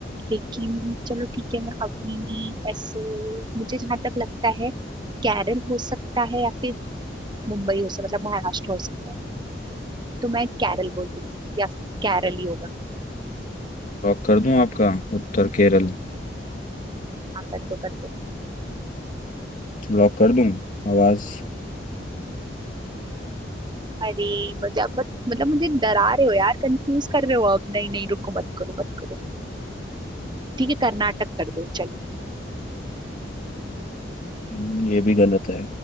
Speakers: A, on the right (about 25°); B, on the left (about 45°).
A: लेकिन चलो ठीक है मैं अपनी ऐसे मुझे जहां तक लगता है केरल हो सकता है या फिर मुंबई हो सकता मतलब महाराष्ट्र हो सकता है तो मैं केरल बोल देती हूँ या केरल ही होगा
B: लॉक कर दूं आपका उत्तर केरल
A: हाँ कर दो कर दो
B: लॉक कर दूं आवाज
A: अरे मतलब मत- मतलब मुझे डरा रहे हो यार कंफ्यूज कर रहे हो अब नहीं नहीं रुको मत करो मत करो ठीक है कर्नाटक कर दो चलो
B: हम्म, ये भी गलत है